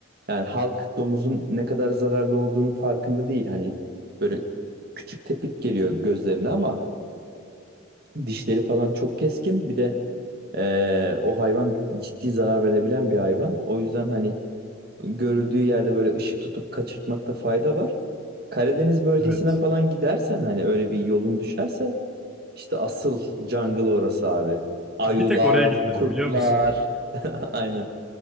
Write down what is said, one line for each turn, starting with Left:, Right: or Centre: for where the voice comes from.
Right: Yani halk domuzun ne kadar zararlı olduğunu farkında değil. Hani böyle küçük tepik geliyor gözlerine ama dişleri falan çok keskin. Bir de eee, o hayvan ciddi zarar verebilen bir hayvan. O yüzden hani görüldüğü yerde böyle ışık tutup kaçırtmakta fayda var. Karadeniz bölgesine
Centre: Evet.
Right: falan gidersen hani öyle bir yolun düşerse işte asıl jungle orası abi. Ayular,
Centre: Bir tek oraya gitmedim
Right: kurtlar.
Centre: biliyor musun? <laughs>
Right: <laughs> Aynen.